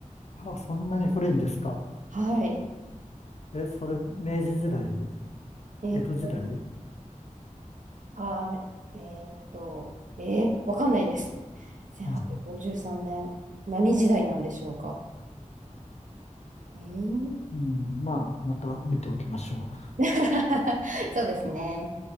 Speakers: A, on the left (about 55°); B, on the right (about 70°).
A: あ、そんなに古いんですか。
B: はい。
A: え、それ、明治時代、
B: えっと、
A: 江戸時代、う
B: あ、えっと、えー、わかんないです。1853年。
A: ん、
B: 何時代なんでしょうか。えー、
A: うん、まあ、また見ておきましょう。
B: <laughs> そうですね。